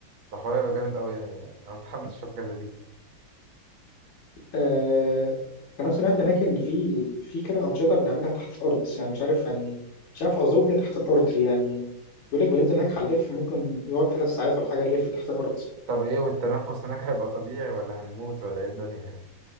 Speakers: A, on the right; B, on the left.
A: ده حوار هيبقى جامد قوي يعني انا متحمس اشوف الجازة دي
B: آه كمان سمعت هناك ان في في كده انشطه بنعملها تحت الارض يعني مش عارف يعني مش عارف قصدهم ايه تحت الارض دي يعني بيقول لك بننزل هناك هنلف ممكن يقعد ثلاث ساعات ولا حاجه نلف تحت الارض
A: طب ايه والتنفس هناك هيبقى طبيعي ولا هنموت ولا ايه الدنيا